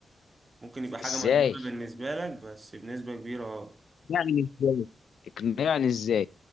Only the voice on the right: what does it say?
ممكن يبقى حاجة
مجنونة بالنسبة لك بس بنسبة كبيرة اه